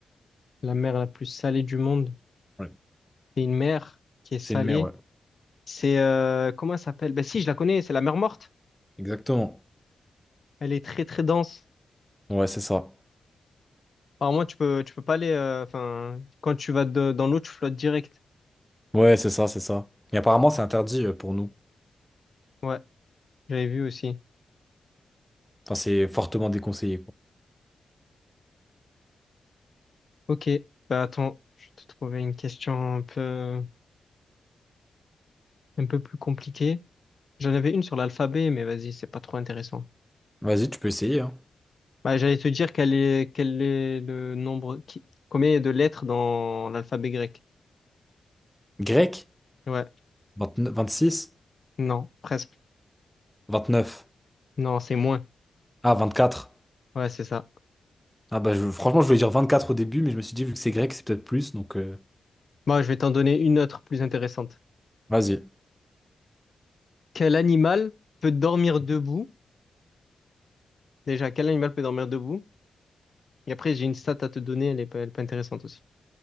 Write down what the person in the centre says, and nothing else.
Ouais.
C'est une mer, ouais.
Exactement.
Ouais, c'est ça.
Ouais, c'est ça, c'est ça. Mais apparemment, c'est interdit euh, pour nous.
Enfin, c'est fortement déconseillé, quoi.
Vas-y, tu peux essayer, hein.
Grec?
29 26?
29?
Ah, 24.
Ah bah je- franchement, je voulais dire 24 au début, mais je me suis dit, vu que c'est grec, c'est peut-être plus, donc euh,
vas-y.